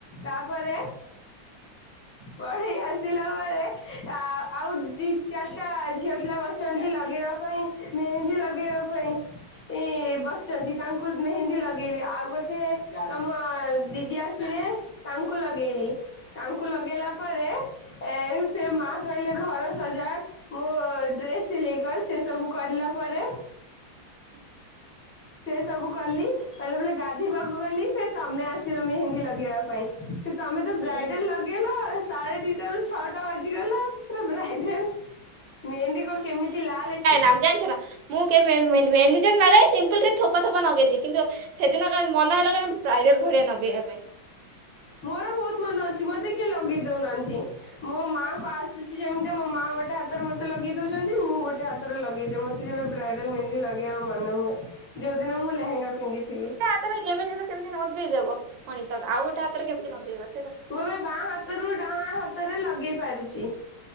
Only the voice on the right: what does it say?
<inaudible>
ହିଚ୍।
ହୁଁ
ତମେ ଜାଣିଛ ନା? ମୁଁ କେ ମେଜ ନାଗା ସିମ୍ପଲ୍ ଥରେ ଥୋପା ଥୋପା ନଗେଇଚି କିନ୍ତୁ ସେଦିନ କାଇଁ ମନ ହେଲା କଣ ବ୍ରାଇଡାଲ ଭଳିଆ ନଗେଇବା ପାଇଁ।
କାହିଁନା ଯେମିତି ହେଲେ ସେମତିଲଗେଇଦବ ମଣିଟା ଆଉ ଗୋଟେ ହାତରେ କେମିତି ଲଗେଇବ।